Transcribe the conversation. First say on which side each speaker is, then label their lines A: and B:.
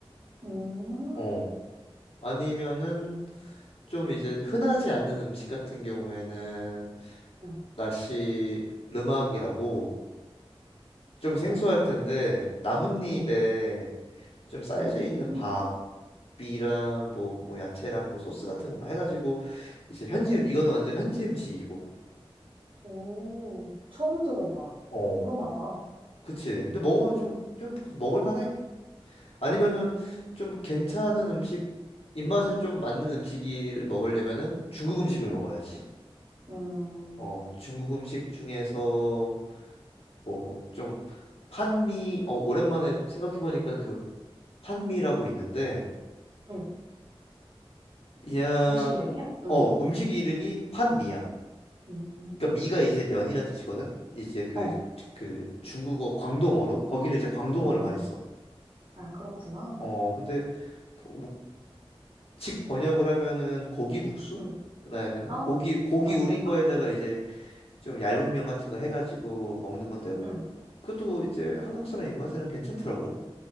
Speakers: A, on the right; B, on the left.
A: 음,
B: 어. 아니면은 좀 이제 흔하지 않는 음식 같은 경우에는
A: 응,
B: 나시 르막이라고 좀 생소할
A: 응,
B: 텐데 나뭇잎에
A: 응.
B: 좀 쌓여져
A: 오,
B: 있는 밥이랑 뭐, 뭐 야채랑 뭐 소스 같은 거막 해가지고 이제 현지,
A: 어.
B: 이거는 완전 현지 음식이고.
A: 오, 처음 들어봐.
B: 어.
A: 궁금하다.
B: 그치. 근데 먹으면 좀, 좀 먹을만해. 아니면은
A: 음,
B: 좀 괜찮은 음식, 입맛에 좀 맞는 음식을 먹으려면은 중국 음식을
A: 음,
B: 먹어야지.
A: 음,
B: 어, 중국 음식 중에서 뭐 좀 판미, 어, 오랜만에 생각해보니까 그 판미라고 있는데
A: 음,
B: 그냥
A: 음식 이름이야? 음,
B: 어 음식 이름이 판미야.
A: 음,
B: 그러니까 미가 이제 면이란 뜻이거든. 이제 그
A: 어,
B: 그 중국어 광동어로 거기는 이제 광동어를
A: 음,
B: 많이 써.
A: 아, 그렇구나.
B: 어 근데 뭐 직 번역을 하면은 고기 국수?
A: 음,
B: 나야 되나?
A: 아,
B: 고기 고기
A: 맛있겠다.
B: 우린 거에다가 이제 좀 얇은 면 같은 거 해가지고 먹는 건데 뭐
A: 음,
B: 그, 그것도 이제 한국 사람 입맛에는 괜찮더라고.